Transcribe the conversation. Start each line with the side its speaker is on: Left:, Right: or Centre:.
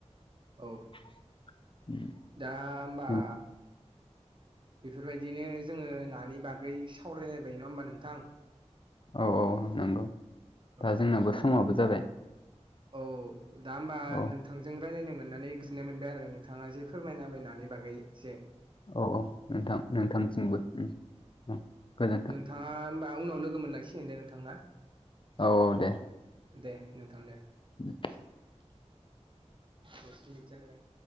Right: औ
Left: <inaudible>
Right: दा होमबा
Left: उम
Right: बेफोरबायदिनो जोंङो नानि बागै सावरायलायबाय नंङा होमबा नोंथां
Left: औ औ नंगौ
Right: औ
Left: दा जोंनाबो समावबो जाबाय
Right: औ दा होमबा
Left: औ
Right: नों थांजों रायलायनो मोननानै गनो मोनबाय आरो नोंथांङा जे फोरमायना बबायनानै बागै जे
Left: औ औ नोंथां नोंथांसिमबो औ गोजोनथों
Right: नोंङाहोमबा उनाव लोगो मोनलाइसि होन दे नोंथां ना
Left: औ औ दे
Right: दे नोंथां दे
Left: <inaudible>
Right: <inaudible> दस मिनिट जालायबाय